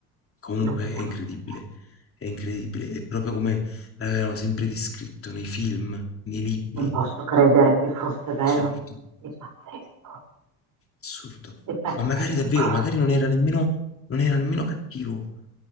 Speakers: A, on the left (about 30°); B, on the right (about 50°).
A: Comunque
B: non dobbiamo
A: è incredibile,
B: dirlo.
A: è incredibile. È proprio come l'avevano sempre descritto nei film, nei libri.
B: Non posso credere che fosse vero.
A: Assurdo,
B: È pazzesco,
A: assurdo.
B: è pazzesco.
A: Ma magari davvero, magari non era nemmeno, non era nemmeno cattivo.